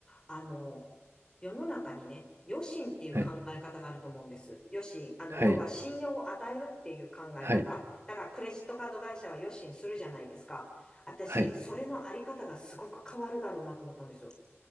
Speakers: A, on the left; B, on the right.
A: あの、世の中にね、余信っていう考え方があると思うんです。
B: はい。
A: 余信、あの、
B: はい。
A: 要は信用を与えるっていう考え方。
B: はい。
A: だからクレジットカード会社は余信するじゃないですか。私、
B: はい。
A: それのあり方がすごく変わるだろうなと思ったんですよ。